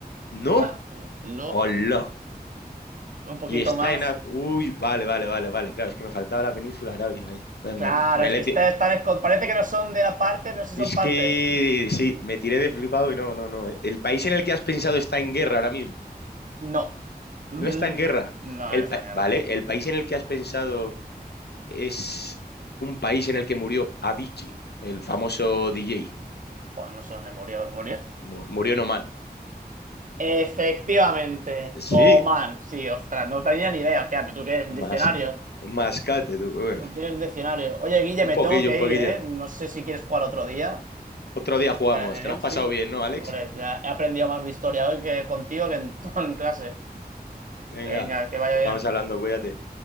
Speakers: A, on the left (about 80°); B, on the right (about 50°).
A: No.
B: Ah, no.
A: Hola.
B: Un poquito
A: Y está
B: más.
A: en... Af- Uy, vale, vale, vale, vale. Claro, es que me faltaba la península arábiga ahí. Me, me-
B: Claro,
A: me
B: es
A: la
B: que
A: he
B: está-
A: ti-
B: están... escon- Parece que no son de la parte, pero sí
A: es
B: son parte.
A: que sí, me tiré de flipado y no, no, no. eh. El país en el que has pensado está en guerra ahora mismo.
B: No. Mm,
A: No está en guerra.
B: No,
A: El
B: no está
A: pa-
B: en guerra.
A: Vale, el país en el que has pensado es un país en el que murió Avicii, el famoso DJ.
B: Joder, no sé dónde murió. Murió.
A: Mu- Murió en Oman.
B: Efectivamente.
A: Sí,
B: Oman. Sí, ostras, no tenía ni idea. Hostia, ¿pero tú qué eres? ¿Un
A: más,
B: diccionario?
A: mascate tú. eh.
B: Tú tienes un diccionario. Oye, Guille,
A: Un
B: me
A: poquillo,
B: tengo que
A: un poquillo.
B: ir, ¿eh? No sé si quieres jugar otro día.
A: Otro día jugamos.
B: Me parece
A: Te
B: bien,
A: lo has pasado
B: sí.
A: bien, ¿no, Alex?
B: Hombre, ya he aprendido más de historia hoy que contigo que en, <laughs> todo en clase.
A: Venga,
B: Venga, que vaya
A: vamos
B: bien.
A: hablando, cuídate.